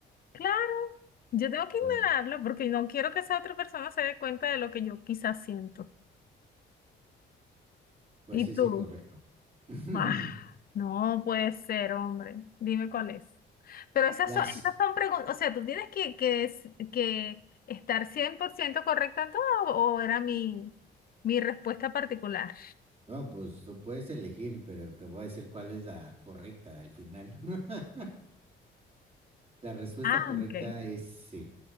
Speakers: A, on the left; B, on the right.
A: Claro, yo tengo que
B: Entonces,
A: ignorarlo porque no quiero que esa otra persona se dé cuenta de lo que yo quizás siento.
B: pues
A: ¿Y
B: es
A: tú?
B: incorrecto.
A: Ah,
B: <laughs>
A: no puede ser, hombre. Dime cuál es. Pero esas
B: Las,
A: son, esas son preguntas, o sea, tú tienes que, que, es- que estar 100% correcto en todo o o era mi, mi respuesta particular.
B: no, pues tú puedes elegir, pero te voy a decir cuál es la correcta al final. <laughs> La respuesta
A: Ah,
B: correcta
A: ok.
B: es C,